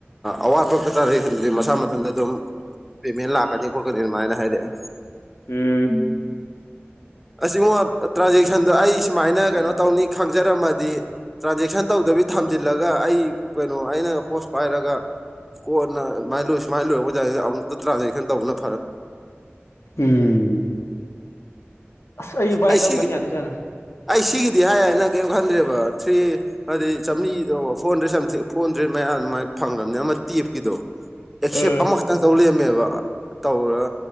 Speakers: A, in the centre; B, on the left.
A: ꯑꯋꯥꯠꯄ ꯇꯔꯦ ꯍꯟꯗꯗꯤ
B: ꯎꯝ
A: ꯃꯁꯥ ꯃꯊꯟꯇ ꯑꯗꯨꯝ ꯄꯦꯃꯦꯟ ꯂꯥꯛꯀꯅꯤ ꯈꯣꯠꯀꯅꯤ ꯑꯗꯨꯃꯥꯏꯅ ꯍꯥꯏꯔꯛꯑꯦ
B: ꯎꯝ
A: ꯑꯁꯤꯒꯨꯝꯕ ꯇ꯭ꯔꯥꯟꯖꯦꯛꯁꯟꯗꯣ ꯑꯩ ꯁꯨꯃꯥꯏꯅ ꯀꯩꯅꯣ ꯇꯧꯅꯤ ꯈꯪꯖꯔꯝꯃꯗꯤ ꯇ꯭ꯔꯥꯟꯖꯦꯛꯁꯟ ꯇꯧꯗꯕꯤ ꯊꯝꯖꯤꯜꯂꯒ ꯑꯩ ꯀꯩꯅꯣ ꯑꯩꯅ ꯍꯣꯁ ꯄꯥꯏꯔꯒ ꯀꯣꯟꯅꯥꯏ ꯂꯣꯏ ꯁꯨꯃꯥꯏ ꯂꯣꯏꯔꯄꯖꯥꯅꯤ ꯑꯃꯨꯛꯇ ꯇ꯭ꯔꯥꯟꯖꯦꯛꯁꯟ ꯇꯧꯅꯕ
B: ꯎꯝ ꯁꯍꯤ ꯄꯥꯏ
A: ꯑꯩ
B: ꯀꯝ
A: ꯁꯤꯒꯤ
B: ꯀꯅꯤ ꯌꯥꯗꯤꯖꯅ
A: ꯑꯩ ꯁꯤꯒꯤꯗꯤ ꯍꯥꯏꯌꯦꯅ ꯀꯔꯤꯝ ꯈꯟꯗ꯭ꯔꯦꯕ ꯊ꯭ꯔꯤ ꯍꯥꯏꯗꯤ ꯆꯥꯝꯔꯤꯗꯣ four hundred something four hundred ꯑꯗꯨꯃꯥꯏꯅ ꯐꯪꯕꯅꯤ ꯑꯃ ꯇꯦꯞꯀꯤꯗꯣ ꯑꯦꯛꯁꯦꯞ
B: ꯑ
A: ꯑꯃꯈꯛꯇꯪ ꯇꯧ ꯂꯩꯔꯝꯃꯦꯕ ꯑ ꯇꯧꯔ